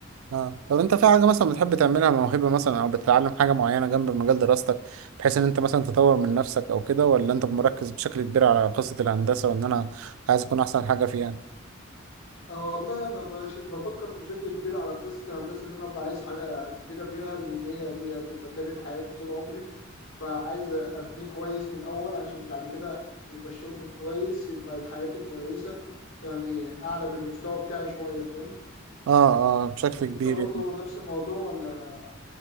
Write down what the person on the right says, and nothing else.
آه. طب انت في حاجه مثلا بتحب تعملها موهبه مثلا او بتتعلم حاجه معينه جنب مجال دراستك بحيث ان انت مثلا تطور من نفسك او كده ولا انت مركز بشكل كبير على قصه الهندسه وان انا عايز اكون احسن حاجه فيها
اه اه بشكل كبير